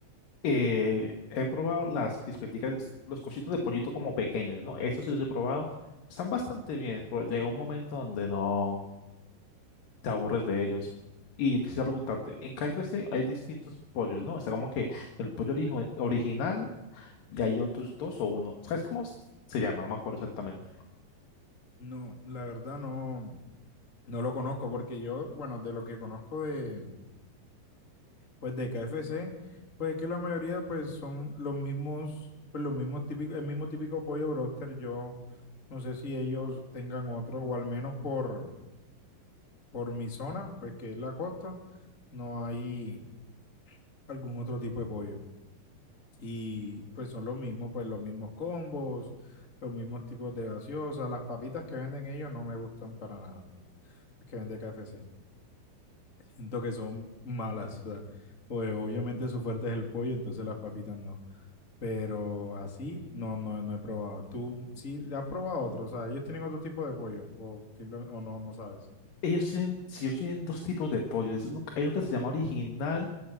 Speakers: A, on the left; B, on the left.
A: Eh, he probado las crispeticas, los cositos de pollito como pequeños, ¿no? Estos sí los he probado. Están bastante bien, pero llega un momento donde no te aburres de ellos. Y quisiera preguntarte, en KFC hay distintos pollos, ¿no? está como que el pollo origi- original y hay otros dos o uno. ¿Sabes cómo s- se llama? No me acuerdo exactamente.
B: No, la verdad no, no lo conozco porque yo, bueno, de lo que conozco de Pues de KFC, pues es que la mayoría pues son los mismos, pues los mismos típicos, el mismo típico pollo broster. Yo no sé si ellos tengan otro, o al menos por, por mi zona, pues que es la costa, no hay algún otro tipo de pollo. Y pues son los mismos, pues los mismos combos, los mismos tipos de gaseosa. Las papitas que venden ellos no me gustan para nada, las que vende KFC. Siento que son malas, o sea, pues obviamente su fuerte es el pollo, entonces las papitas no. Pero así no, no, no he probado. ¿Tú sí has probado otro? O sea, ellos tienen otro tipo de pollo. O simplemente, o no, no sabes.
A: Ellos tienen, si ellos tienen dos tipos de pollo. es uno- hay uno que se llama original,